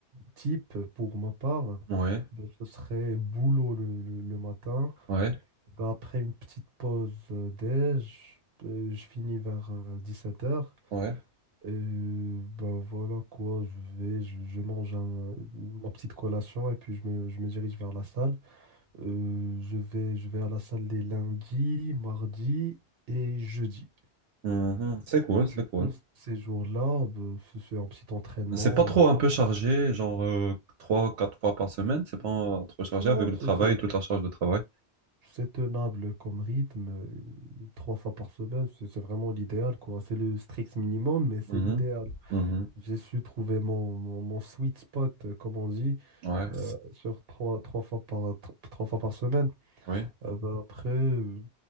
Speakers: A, on the right; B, on the right.
A: type pour ma part,
B: Ouais,
A: ben, ce serait boulot le, le- le matin.
B: ouais,
A: Ben, après une petite pause euh, déj, euh, je finis vers euh, dix-sept heures.
B: ouais.
A: Et ben voilà quoi, je vais, je, je mange un- ma petite collation et puis je me, je me dirige vers la salle. Euh, je vais, je vais à la salle les lundis, mardis et jeudi.
B: Mhm, C'est cool, c'est
A: Du coup,
B: cool.
A: ces jours-là, ben, je fais un petit entraînement.
B: C'est pas trop
A: euh,
B: un peu chargé, genre euh, trois, quatre fois par semaine, c'est pas trop chargé
A: Non,
B: avec le
A: c'est
B: travail,
A: c'est-
B: toute la charge de travail.
A: c'est tenable comme rythme. euh, Trois fois par semaine, c'est c'est vraiment l'idéal, quoi. C'est le strict minimum, mais c'est
B: Mhm,
A: l'idéal.
B: mhm,
A: J'ai su trouver mon, mon, mon sweet spot, euh, comme on dit.
B: Ouais,
A: euh, sur trois, trois fois par, tro- trois fois par semaine.
B: oui,
A: Euh, bah, après, euh,